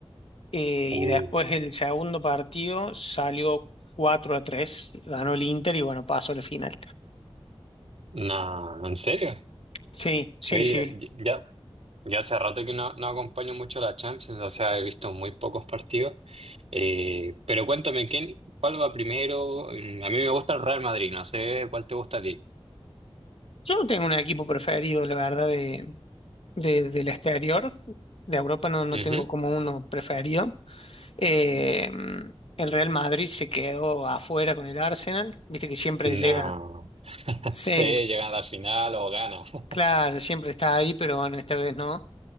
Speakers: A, on the left; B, on the right.
A: eh,
B: Uh,
A: y después el segundo partido salió 4 a 3. ganó el Inter y bueno, pasó a la final.
B: nah, ¿en serio?
A: Sí, sí,
B: Oye,
A: sí.
B: ya Ya hace rato que no, no acompaño mucho a la Champions, o sea, he visto muy pocos partidos. Eh, pero cuéntame, ¿quién, cuál va primero? Mm, A mí me gusta el Real Madrid, no sé cuál te gusta a ti.
A: Yo no tengo un equipo preferido, la verdad, de, de- del exterior. De Europa no, no
B: Ujú.
A: tengo como uno preferido. Eh, el Real Madrid se quedó afuera con el Arsenal. Viste que siempre
B: No.
A: llega. Sí,
B: sé llegan a la final o gana. <laughs>
A: claro, siempre está ahí, pero bueno, esta vez no.